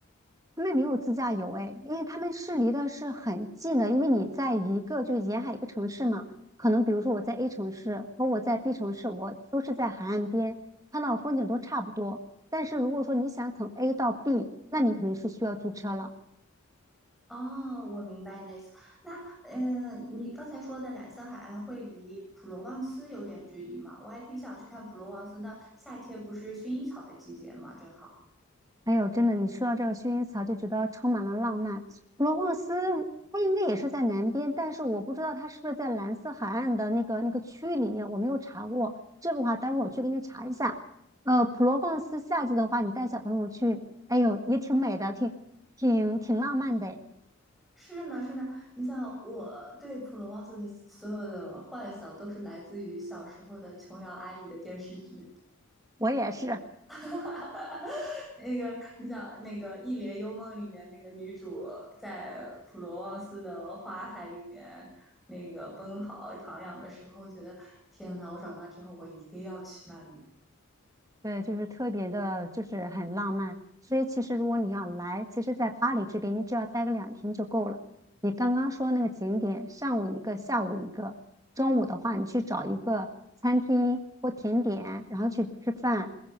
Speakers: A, on the right (about 15°); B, in the centre.
A: 他们没有自驾游哎，因为他们是离的是很近的，因为你在一个就是沿海一个城市嘛，可能比如说我在 A 城市和我在 B 城市，我都是在海岸边，看到风景都差不多。但是如果说你想从 A 到 B，那你肯定是需要租车了。
B: 哦，我明白你的意思。那，嗯、你刚才说的蓝色海岸会离普罗旺斯有点距离吗？我还挺想去看普罗旺斯那夏天不是薰衣草的季节吗？正好。
A: 哎呦，真的，你说到这个薰衣草，就觉得充满了浪漫。普罗旺斯，它应该也是在南边，但是我不知道它是不是在蓝色海岸的那个那个区域里面，我没有查过。这个话，待会儿我去给你查一下。呃，普罗旺斯夏季的话，你带小朋友去，哎呦，也挺美的，挺挺挺浪漫的诶
B: 是呢，是呢。你想，我对普罗旺斯的所有的幻想都是来自于小时候的琼瑶阿姨的电视剧。
A: 我也是。
B: <laughs> 哈哈，那个，你想那个《一帘幽梦》里面那个女主在普罗旺斯的花海里面那个奔跑徜徉的时候，觉得天呐，我长大之后我一定要去那里。
A: 对，就是特别的，就是很浪漫。所以其实如果你要来，其实，在巴黎这边，你只要待个两天就够了。你刚刚说那个景点，上午一个，下午一个，中午的话，你去找一个餐厅或甜点，然后去吃饭。